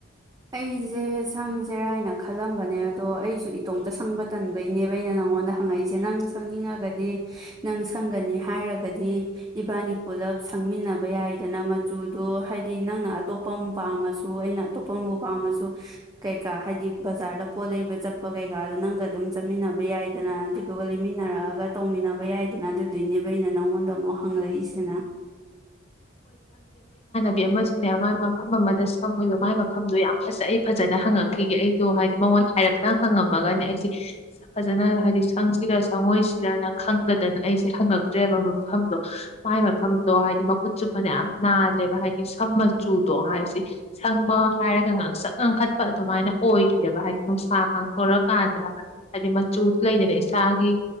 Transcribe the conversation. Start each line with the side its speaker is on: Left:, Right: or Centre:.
Right: ꯑꯩꯁꯦ ꯁꯪꯁꯦꯔꯥꯏꯅ ꯈꯜꯂꯝꯕꯅꯦ ꯑꯗꯣ ꯑꯩꯁꯨ ꯏꯇꯣꯝꯇ ꯁꯪꯕ ꯇꯟꯕꯩꯅꯦꯕ ꯑꯩꯅ ꯅꯪꯉꯣꯟꯗ ꯍꯪꯉꯛꯏꯁꯦ ꯅꯪ ꯁꯪꯅꯤꯡꯉꯒꯗꯤ ꯅꯪ ꯁꯪꯒꯅꯤ ꯍꯥꯏꯔꯒꯗꯤ ꯏꯕꯥꯅꯤ ꯄꯨꯂꯞ ꯁꯪꯃꯤꯟꯅꯕ ꯌꯥꯏꯗꯅ ꯃꯆꯨꯗꯣ ꯍꯥꯏꯗꯤ ꯅꯪꯅ ꯑꯇꯣꯞꯄ ꯑꯃ ꯄꯥꯝꯃꯁꯨ ꯑꯩꯅ ꯄꫭꯝꯕꯨ ꯄꯥꯝꯃꯁꯨ ꯀꯩꯀꯥ ꯍꯥꯏꯗꯤ ꯕꯖꯥꫪꯗ ꯄꯣꯠ ꯂꯩꯕ ꯆꯠꯄ ꯀꯩꯀꯥꯗꯣ ꯅꯪꯒ ꯑꯗꯨꯝ ꯆꯠꯃꯤꯟꯅꯕ ꯌꯥꯏꯗꯅ ꯑꯗꯨꯗꯨꯒ ꯂꯩꯃꯤꯟꯅꯔꯛꯑꯒ ꯇꯧꯃꯤꯟꯅꯕ ꯌꯥꯏꯗꯅ ꯑꯗꯨꯗꯨꯏꯅꯦꯕ ꯑꯩꯅ ꯅꯪꯉꯣꯟꯗ ꯑꯃꯨꯛ ꯍꯪꯂꯛꯏꯁꯤꯅ
Left: ꯕꯤ ꯑꯃꯁꯤꯅꯦ ꯃꯥꯏ ꯃꯐꯝ ꯑꯃꯗ ꯆꯪꯉꯣꯏꯕ ꯃꯥꯏ ꯃꯐꯝꯗꯣ ꯌꯥꯝ ꯐꯖꯩ ꯑꯩ ꯐꯖꯅ ꯍꯪꯉꯛꯈꯤꯒꯦ ꯑꯩꯗꯣ ꯍꯥꯏꯗꯤ ꯃꯉꯣꯟꯗ ꯍꯥꯏꯔꯞꯇꯪ ꯍꯪꯉꯝꯃꯒꯅꯦ ꯑꯩꯁꯦ ꯐꯅ ꯍꯥꯏꯗꯤ ꯁꯪꯁꯤꯔ ꯆꯪꯉꯣꯏꯁꯤꯔꯅ ꯈꯪꯗꯗꯅ ꯑꯩꯁꯦ ꯍꯪꯉꯛꯇ꯭ꯔꯦꯕ ꯃꯐꯝꯗꯣ ꯃꯥꯏ ꯃꯐꯝꯗꯣ ꯍꯥꯏꯗꯤ ꯃꯈꯨꯠꯁꯨ ꯅꯦ ꯌꯥꯝ ꯅꯥꯜꯂꯦꯕ ꯍꯥꯏꯗꯤ ꯁꯝ ꯃꯆꯨꯗꯣ ꯍꯥꯏꯁꯦ ꯁꯪꯕ ꯍꯥꯏꯔꯒ ꯉꯥꯡꯁꯠ ꯉꯥꯡꯈꯠꯄ ꯑꯗꯨꯃꯥꯏꯅ ꯑꯣꯏꯗꯦꯕ ꯍꯥꯏꯗꯤ ꯅꯨꯡꯁꯥ ꯉꯥꯡꯊꯣꯔꯀꯥꯟꯗ ꯍꯥꯏꯗꯤ ꯃꯆꯨꯗꯨ ꯂꯩꯗꯅ ꯏꯁꯥꯒꯤ